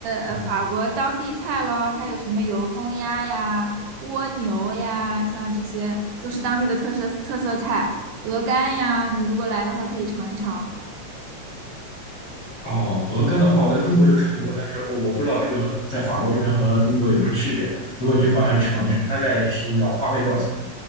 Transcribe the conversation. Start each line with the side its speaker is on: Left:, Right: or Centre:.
Right: 呃法国当地菜咯，
Left: 嗯，
Right: 它有什么油封鸭呀、蜗牛呀，像这些都是当地的特色特色菜，鹅肝呀，你如果来的话可以尝一尝。
Left: 哦，鹅肝的话，我在中国就尝过，但是我不知道这个在法国这边和中国有没有区别。如果这块还是尝一尝，大概需要花费多少钱呢？